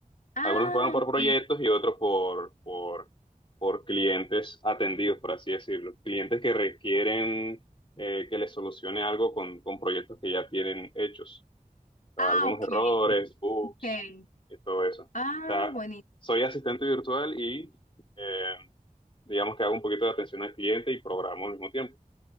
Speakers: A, on the left; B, on the left.
A: Ah,
B: Algunos pagan por
A: ok.
B: proyectos y otros por, por, por clientes atendidos, por así decirlo. Clientes que requieren eh, que les solucione algo con, con proyectos que ya tienen hechos. O
A: Ah,
B: sea, algunos
A: ok.
B: errores, bugs
A: Ok.
B: y todo eso. O
A: Ah,
B: sea,
A: buenísimo.
B: soy asistente virtual y eh, digamos que hago un poquito de atención al cliente y programo al mismo tiempo.